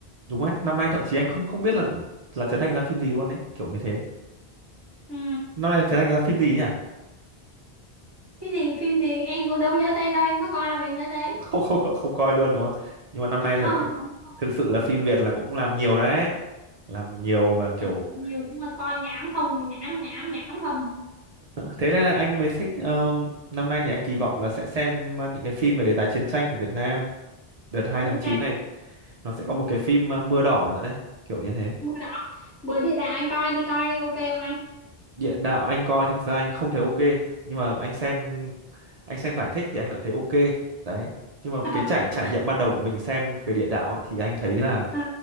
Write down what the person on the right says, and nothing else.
đúng đấy năm nay thậm chí anh không không biết là là Trấn Thành ra phim gì luôn đấy kiểu như thế
năm nay Trấn Thành ra phim gì nhỉ
không không không coi luôn đúng không nhưng mà năm
nay
thật thực
thực sự là phim Việt là cũng làm nhiều đấy làm nhiều và kiểu
thế nên là anh với sách ờ, năm nay thì anh kỳ vọng là sẽ xem ờ, những cái phim về đề tài chiến tranh của Việt Nam đợt 2
tháng 9 này nó sẽ có một cái phim ờ, Mưa đỏ nữa đấy kiểu như thế
địa đạo anh coi thực ra anh không thấy ok nhưng mà anh xem anh xem giải thích thì anh lại thấy ok đấy nhưng mà
cái trải trải nghiệm ban đầu của mình xem về địa đạo ấy, thì anh thấy là